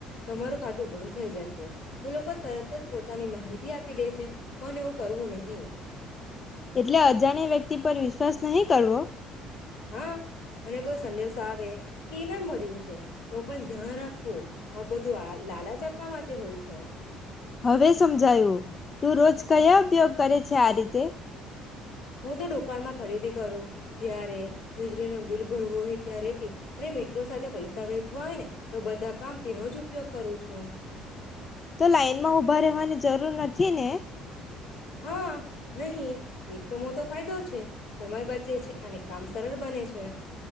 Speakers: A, on the left; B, on the left.
A: તમારું ખાતું બંધ થઈ જશે તો લોકો તરત જ પોતાની માહિતી આપી દે છે પણ એવું કરવું નહી.
B: એટલે અજાણ વ્યક્તિ પર વિશ્વાસ નહીં કરવો.
A: હા અને કોઈ સંદેશો આવે કે એ ઇનામ મર્યું છે તો પણ ધ્યાન રાખવો આ બધું આ લાલચ આપવા માટે હોય છે.
B: હવે સમજાયું તું રોજ કયા ઉપયોગ કરે છે આ રીતે.
A: હું તો દુકાન માં ખરીદી કરો ત્યારે વીજળીનો બિલ ભરવો હોય ત્યારે એ અને મિત્રો સાથે પૈસા વેચવા હોય ને, તો બધા કામ તેનો જ ઉપયોગ કરું છું.
B: તો લાઈનમાં ઊભા રહેવાની જરૂર નથી ને?
A: હા, નહી એ જ તો મોતો ફાયદો છે, સમય બચે છે, અને કામ સરળ બને છે.